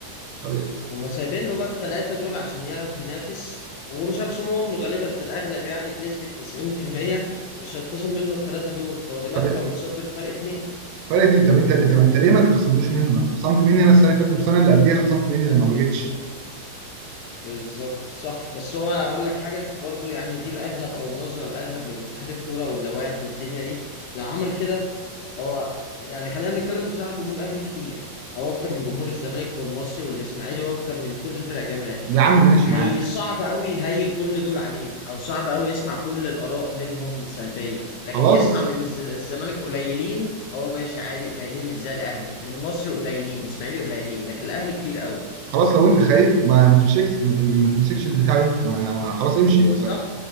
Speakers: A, on the right; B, on the left.
A: طب
B: هما سايبين له بقى الثلاثة دول عشان يعرف ينافس ومش هيخصمهم له غالبا في الأغلب يعني بنسبة 90% مش هيتخصم منه الثلاثة دول هو دلوقتي
A: طب
B: بقى متصدر فرق اتنين
A: فرق اتنين طب انت طب انت ليه ما تخصملوش منه ما انت خصمت مني انا السنه اللي فاتت والسنه اللي قبليها خصمت مني لما ما جيتش
B: بالظبط صح بس هو أقول لك حاجة برضو يعني دي الأغلب أو النظرة الأغلب من اتحاد الكورة واللوائح والدنيا دي لو عمل كده هو يعني خلينا نتكلم بصراحة جمهور الأهلي كتير أو أكتر من جمهور الزمالك والمصري والإسماعيلي وأكتر من كل الفرق الجماهيرية
A: يا عم ماشي
B: هي
A: معاك
B: صعب قوي هي كل دول عليه او صعب قوي يسمع كل الاراء منهم سلبيه
A: خلاص
B: لكن يسمع من الز- الزمالك قليلين اه ماشي عادي قليلين مش زي الاهلي من مصر قليلين من اسماعيلي قليلين لكن الاهلي كتير قوي
A: خلاص لو انت خايف ما ما تمسكش ما تم- ما تمسكش البتاع دي ما ما- خلاص امشي
B: صح